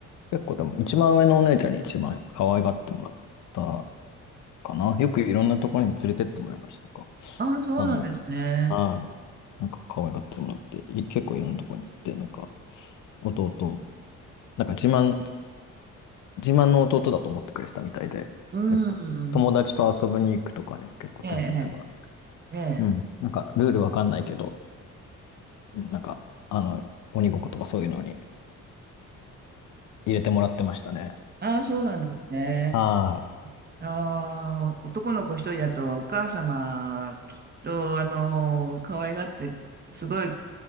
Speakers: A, on the left; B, on the right.
A: 結構でも、一番上のお姉ちゃんに一番可愛がってもらったかな。よくいろんなところに連れてってもらいました。なんか、
B: あ、そうなんですね。
A: あの、はい、なんか可愛がってもらって、い結構いろんなところに行って、なんか、弟、なんか自慢、自慢の弟だと思ってくれてたみたいで、
B: うん。
A: 結構、友達と遊びに行くとかにも結構連れてってもらう。
B: ええ、ええ。ええ
A: うん、なんか、ルールわかんないけど、なんか、あの、鬼ごっことかそういうのに入れてもらってましたね。
B: あ、そうなんですね。
A: はい。
B: あー、男の子一人だと、お母様、きっと、あの、可愛がって、すごい、